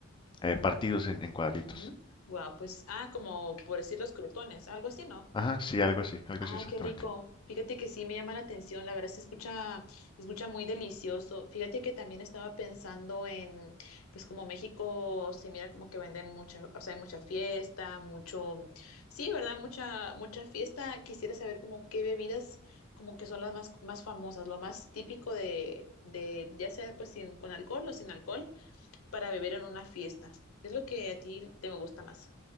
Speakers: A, on the left; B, on the left.
A: eh, partidos en, en cuadritos.
B: Ujú. Guau, pues, ah, como por decir los crutones, algo así, ¿no?
A: Ajá, sí, algo así, algo
B: Ay,
A: así exactamente.
B: qué rico. Fíjate que sí me llama la atención, la verdad se escucha, se escucha muy delicioso. Fíjate que también estaba pensando en, pues como México se mira como que venden mucha, o sea, hay mucha fiesta, mucho, sí, ¿verdad? Mucha, mucha fiesta. Quisiera saber como qué bebidas como que son las más, más famosas, lo más típico de, de, ya sea pues sin, con alcohol o sin alcohol, para beber en una fiesta. ¿Qué es lo que a ti te gusta más?